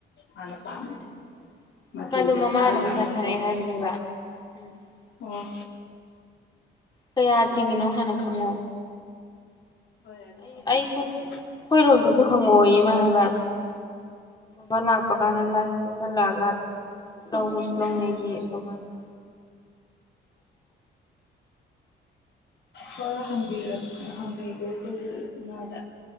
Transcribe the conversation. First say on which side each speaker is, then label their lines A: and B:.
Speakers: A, on the left (about 65°); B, on the left (about 20°).
A: ꯍꯥꯟꯅ ꯄꯥꯝꯃꯥꯗꯤ
B: ꯎꯝ
A: ꯃꯆꯨꯗꯣ
B: ꯃꯥꯗꯣ ꯃꯃꯥꯅ
A: ꯊꯥꯍꯜꯂꯛꯑꯒꯀꯣ
B: ꯄꯩꯁꯥ ꯊꯥꯔꯛꯑꯦ <inaudible>
A: ꯑꯣ
B: ꯀꯌꯥ ꯆꯤꯡꯉꯤꯅꯣ ꯍꯥꯟꯅ ꯈꯪꯉꯛꯑꯣ
A: ꯍꯣꯏ ꯑꯗꯨ
B: ꯑꯩ
A: ꯍꯪꯕꯤꯔꯛꯀꯦ
B: ꯑꯩꯏ ꯑꯩꯈꯣꯏꯔꯣꯝꯗꯁꯨ ꯍꯪ ꯉꯣꯌꯦ ꯃꯅꯥ ꯍꯥꯏꯕꯥ ꯃꯥ ꯂꯥꯛꯄ ꯀꯥꯟꯗ ꯂꯩꯍꯜꯂꯛꯑꯒ ꯂꯧꯕꯁꯨ ꯂꯧꯅꯒꯤ
A: ꯎꯝ
B: ꯑꯗꯨꯃꯥꯏꯅ
A: ꯍꯣꯏ ꯍꯪꯕꯤꯔꯛ ꯍꯪꯕꯤꯒꯦ ꯑꯩꯈꯣꯏꯁꯨ ꯏꯃꯥꯗ